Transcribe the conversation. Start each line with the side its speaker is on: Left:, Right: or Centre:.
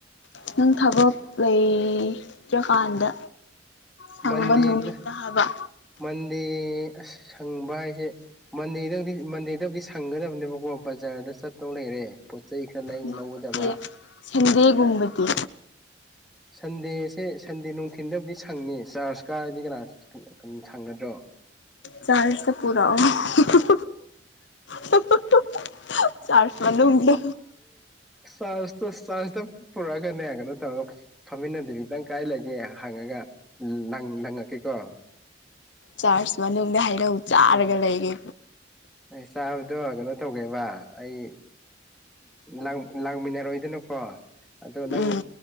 Left: ꯅꯪ ꯊꯕꯛ ꯂꯩꯇ꯭ꯔꯀꯥꯟꯗ ꯁꯪꯕ
Centre: ꯃꯟꯗꯦꯗ
Left: ꯅꯨꯃꯤꯠꯇ ꯍꯥꯏꯕ
Centre: ꯃꯟꯗꯦ ꯑꯁ ꯁꯪꯕ ꯍꯥꯏꯖꯦ ꯃꯟꯗꯦꯗꯗꯤ ꯃꯟꯗꯦꯗꯕꯨꯗꯤ ꯁꯪꯒꯗꯕꯅꯦꯕꯀꯣ ꯕꯖꯥꯔꯗ ꯆꯠꯇꯧ ꯂꯩꯔꯦ ꯄꯣꯠ ꯆꯩ ꯈꯔ ꯂꯩ
Left: ꯅꯠꯇꯦ
Centre: ꯂꯧꯒꯗꯕ
Left: ꯁꯦꯟꯗꯦꯒꯨꯝꯕꯗꯤ
Centre: ꯁꯟꯗꯦꯁꯦ ꯁꯟꯗꯦ ꯅꯨꯡꯊꯤꯟꯗꯕꯨꯗꯤ ꯁꯪꯉ ꯆꯥꯔꯖ ꯀꯥꯔꯗꯤ ꯀꯅꯥ ꯁꯪꯒꯗ꯭ꯔꯣ
Left: ꯆꯥꯔꯖꯇ ꯄꯨꯔꯛꯑꯣ ꯍꯣ ꯍꯣ ꯍꯨ-ꯍꯨ-ꯍꯨ ꯍꯨ ꯆꯔꯖ ꯃꯅꯨꯡꯗ
Centre: ꯆꯥꯔꯖꯇ ꯆꯥꯔꯖꯇ ꯄꯨꯔꯛꯑꯒꯅꯦ ꯀꯩꯅꯣ ꯇꯧꯔꯒ ꯐꯝꯃꯤꯟꯅꯗꯕꯤ ꯀꯥꯏ ꯂꯩꯒꯦ ꯍꯪꯉꯒ ꯂꯪ ꯂꯪꯉꯛꯀꯦꯀꯣ
Left: ꯆꯥꯔꯆ ꯃꯅꯨꯡꯗ ꯍꯥꯏꯅꯧ ꯆꯥꯔꯒ
Centre: ꯍꯣꯏ
Left: ꯂꯩꯒꯦ
Centre: ꯑꯩ ꯆꯥꯕꯗꯣ ꯀꯩꯅꯣ ꯇꯧꯒꯦꯕ ꯑꯩ ꯂꯥ ꯂꯥꯡꯃꯤꯟꯅꯔꯣꯏꯗꯅꯀꯣ ꯑꯣ ꯑꯗꯣ ꯅꯪ
Left: ꯎꯝ